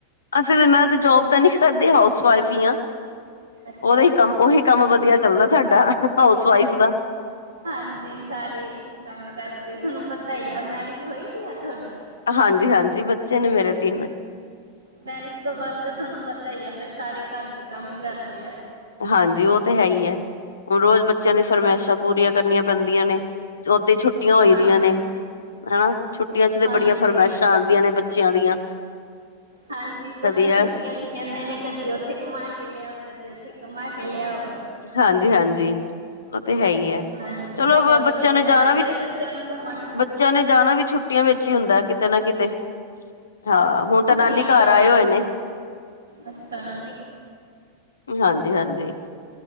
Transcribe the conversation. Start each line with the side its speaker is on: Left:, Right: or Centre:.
Left: ਅਸੀਂ ਮੈਂ ਤੇ ਜੋਬ ਤਾਂ ਨਹੀਂੀ ਕਰਦੇ ਹਾਸ ਵਇਫ ਆ
Right: ਅੱਛਾ
Left: ਉਹਦਾ ਹੀ ਕੰਮ ਉਹੀ ਕੰਮ ਵਧੀਆ ਚੱਲਦਾ ਸਾਡਾ ਹਾਊਸ ਵਾਈਫ ਦਾ
Right: ਹਾਂਜੀ ਸਾਰੇ ਕੰਮ ਕਰਦੇ ਤੁਹਾਨੂੰ ਪਤਾ ਹੀ ਆ ਮੈਰਿਜ ਹੋਈ ਹੀ ਆ ਤੁਹਾਡੀ
Left: ਹਾਂਜੀ ਹਾਂਜੀ ਬੱਚੇ ਨੇ ਮੇਰੇ ਤਿੰਨ
Right: ਮੈਰਿਜ ਤੋਂ ਬਾਅਦ ਤੁਹਾਨੂੰ ਪਤਾ ਹੀ ਆ ਫਿਰ ਸਾਰੇ ਘਰ ਦੇ ਕੰਮ ਹੀ ਕਰਦੇ ਆ
Left: ਹਾਂਜੀ ਉਹ ਤੇ ਹੈ ਹੀ ਹੈ ਹੁਣ ਰੋਜ਼ ਬੱਚਿਆਂ ਦੀ
Right: ਹਾਂਜੀ
Left: ਫਰਮਾਇਸ਼ਾਂ ਪੂਰੀਆਂ ਕਰਨੀਆਂ ਬੰਦੀਆਂ ਨੇ ਓਦ ਛੁੱਟੀਆਂ ਹੋਈ
Right: ਹਾਂਜੀ
Left: ਦੀਆਂ ਨੇ ਹਨਾ ਛੁੱਟੀਆਂ ਚ ਤੇ
Right: ਹਾਂਜੀ
Left: ਬੜੀਆਂ ਫਰਮਾਇਸ਼ਾਂ ਆਉਂਦੀਆਂ ਨੇ ਬੱਚਿਆਂ ਦੀਆਂ
Right: ਹਾਂਜੀ ਬੱਚੇ
Left: ਕਦੀ ਇਹ
Right: ਛੁੱਟੀਆਂ ਚ ਕਹਿੰਦੇ ਨੇ ਕਦੀ ਉੱਥੇ ਘੁਮਾ ਕੇ ਲਿਆਓ ਕਦੀ ਠੀਕ ਮ ਕੇਲੇ ਆਓ
Left: ਹਾਂਜੀ ਹਾਂਜੀ, ਉਹ ਤੇ ਹੈ ਹੀ ਹੈ
Right: ਹਾਂਜੀ
Left: ਚਲੋ
Right: ਹੋਰ
Left: ਬੱਚਿਆਂ
Right: ਕਿਤੇ
Left: ਨੇ
Right: ਲੈ
Left: ਜਾਣਾ
Right: ਕੇ ਗਏ
Left: ਵੀ।
Right: ਬੱਚਿਆਂ ਨੂੰ ਘੁੰਮਣ
Left: ਬੱਚਿਆਂ ਨੇ ਜਾਣਾ ਵੀ ਛੁੱਟੀਆਂ ਵਿੱਚ ਹੀ ਹੁੰਦਾ ਕਿਤੇ ਨਾ ਕਿਤੇ ਹਾਂ ਹੁਣ ਤਾਂ
Right: ਛੁੱਟੀਆਂ
Left: ਨਾਨੀ ਘਰ
Right: ਤਾਂ
Left: ਆਏ ਹੋਏ ਨੇ
Right: ਅੱਛਾ ਨਾ
Left: ਹਾਂਜੀ ਹਾਂਜੀ